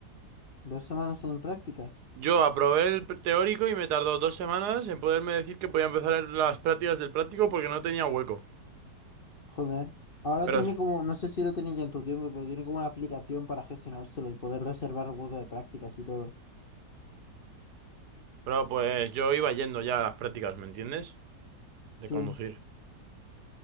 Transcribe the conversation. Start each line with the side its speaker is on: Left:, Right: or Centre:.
Left: Dos semanas en prácticas.
Right: Yo aprobé el pr- teórico y me tardó dos semanas en poderme decir que podía empezar las prácticas del práctico porque no tenía hueco.
Left: Joder. Ahora
Right: Pero,
Left: tiene como, no sé si lo tenía ya en tu tiempo, pero tiene como una aplicación para gestionárselo y poder reservar hueco de prácticas y todo.
Right: pero pues yo iba yendo ya a las prácticas, ¿me entiendes?
Left: Sí.
Right: De conducir.